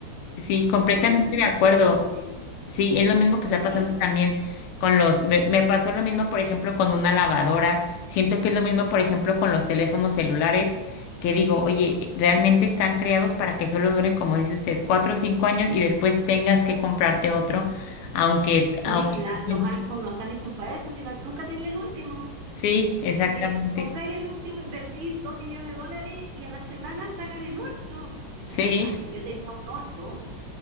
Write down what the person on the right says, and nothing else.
todo es desechable.
¿Sí?
Dime
que
la-
los iPhones no están hechos para eso, sino nunca tenía el último.
Porque compré el último, invertí dos millones de dólares y a la semana sacan el otro. O sea,
qué rabia. Yo tenía un 8,